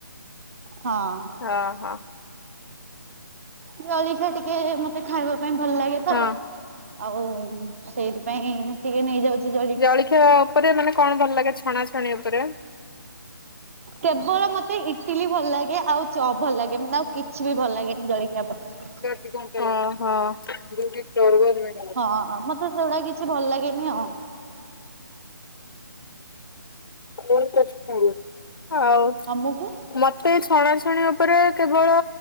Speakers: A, on the right; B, on the left.
A: ହଁ।
B: ହଁ ହଁ।
A: ଜଳଖିଆ ଟିକେ ମତେ ଖାଇବା ପାଇଁ ଭଲ ଲାଗେ ତ।
B: ହଁ।
A: ଆଉ ସେଇଥି ପାଇଁ ଟିକେ ନେଇଯାଉଚି ଜଳି
B: ଜଳଖିଆ ଓପରେ ମାନେ କଣ ଭଲ ଲାଗେ ଛଣାଛଣି ଓପରେ?
A: କେବଳ ମତେ ଇଟିଲି ଭଲ ଲାଗେ ଆଉ ଚପ୍ ଭଲ ଲାଗେ ମାନେ ଆଉ କିଛି ବି ଭଲ ଲାଗେନି ଜଳଖିଆ ଉପରେ।
B: <unintelligible> ହଁ ହଁ <unintelligible>
A: ହଁ ମତେ ସେଗୁଡା କିଛି ଭଲ ଲାଗେନି ଆଉ।
B: <unintelligible> ହଉ।
A: ତମକୁ?
B: ମତେ ଛଣାଛଣି ଉପରେ କେବଳ